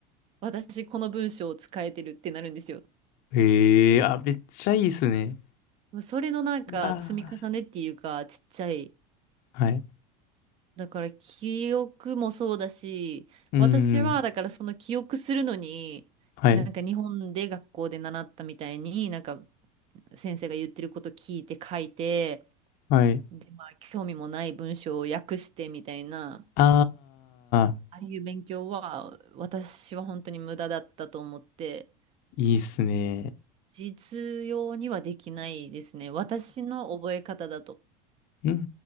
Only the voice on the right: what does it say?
私この文章を使えてるってなるんですよ。
それのなんか積み重ねっていうか、
ちっちゃい
だから記憶もそうだし、
私はだからその記憶するのに、
なんか日本で学校で習ったみたいに、なんか先生が言ってること聞いて書いて、
で、まあ興味もない文章を訳してみたいな、
ああいう勉強は私は本当に無駄だったと思って、
実用にはできないですね。私の覚え方だと。